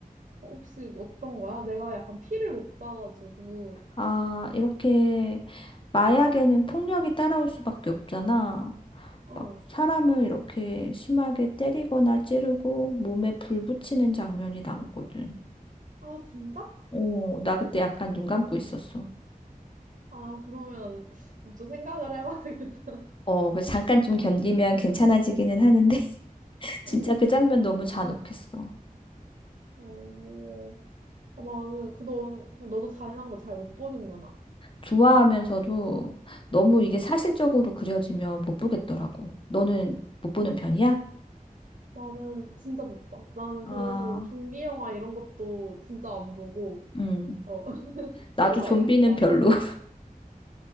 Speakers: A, on the right; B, on the left.
A: 어, 혹시 어떤 거야? 내가 약간 피를 못 봐가지고
B: 아, 이렇게 마약에는 폭력이 따라올 수밖에 없잖아.
A: 어.
B: 막 사람을 이렇게 심하게 때리거나 찌르고 몸에 불 붙이는 장면이 나오거든.
A: 아 진짜?
B: 어, 나 그때 약간 눈 감고 있었어.
A: 아 그러면 아, 좀 생각을 해봐야겠다.
B: 어, 그래서 잠깐 좀 견디면 괜찮아지기는 하는데, <laughs>
A: <laughs>
B: 진짜
A: 응.
B: 그 장면 너무 잔혹했어.
A: 어. 아, 나는 그 너 그럼 너도 잔인한 거 잘 못 보는구나.
B: 좋아하면서도 너무 이게
A: 응.
B: 사실적으로 그려지면 못 보겠더라고. 너는 못 보는 편이야?
A: 나는 진짜 못 봐. 나는
B: 아,
A: 그래서 좀비 영화 이런 것도 진짜 안 보고
B: 음,
A: 어 <laughs> 싫어해
B: 나도 좀비는
A: 약간.
B: 별로. <laughs>